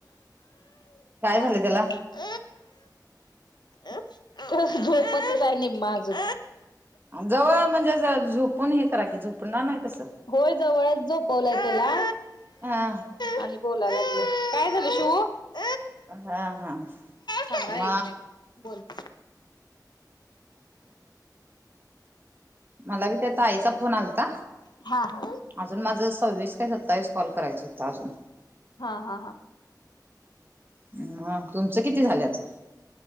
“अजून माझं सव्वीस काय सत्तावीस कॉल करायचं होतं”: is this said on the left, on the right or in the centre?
Right